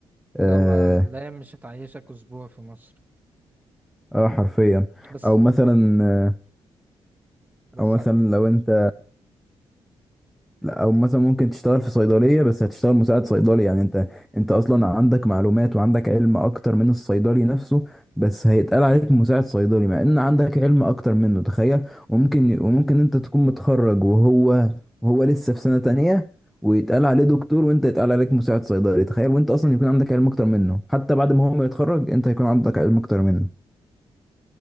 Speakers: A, in the centre; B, on the right (about 15°).
A: اه
B: اللي هو لا مش هتعيشك اسبوع في مصر
A: آه، حرفيا
B: بس
A: او مثلا آه،
B: بس
A: او مثلا
B: على
A: لو انت لا او مثلا ممكن تشتغل في صيدليه بس هتشتغل مساعد صيدلي يعني انت انت اصلا عندك معلومات وعندك علم اكتر من الصيدلي نفسه بس هيتقال عليك مساعد صيدلي مع ان عندك علم اكتر منه تخيل وممكن وممكن انت تكون متخرج وهو وهو لسه في سنه تانية ويتقال عليه دكتور وانت يتقال عليك مساعد صيدلي تخيل وانت اصلا يكون عندك علم اكتر منه حتى بعد ما هو ما يتخرج انت هيكون عندك علم اكتر منه